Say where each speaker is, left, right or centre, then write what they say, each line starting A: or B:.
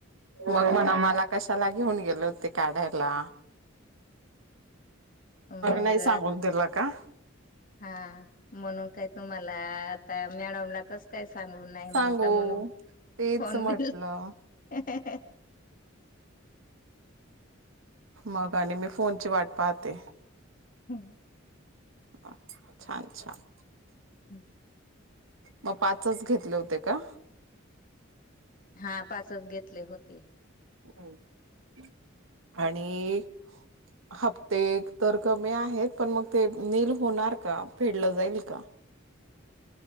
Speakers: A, on the right; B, on the left.
A: आम्हाला कशाला घेऊन गेलत? ते काढायला.
B: मग
A: नाही सांगून दिलं का
B: हा म्हणून काय तुम्हाला. आपल्या आता मॅडमला कस काय. सांगू नाही म्हणता
A: सांगू
B: म्हणून
A: तेच
B: फोन
A: म्हटलं
B: मिल ह्या
A: मग आणि मी फोनची वाट पाहते.
B: ह
A: हा छान छान.
B: हम्म
A: मग पाचच घेतले होते का.
B: हा पाचच घेतले होते.
A: ह आणि हप्ते तर कमी आहेत. पण मग ते नील होणार का फेडलं जाईल का.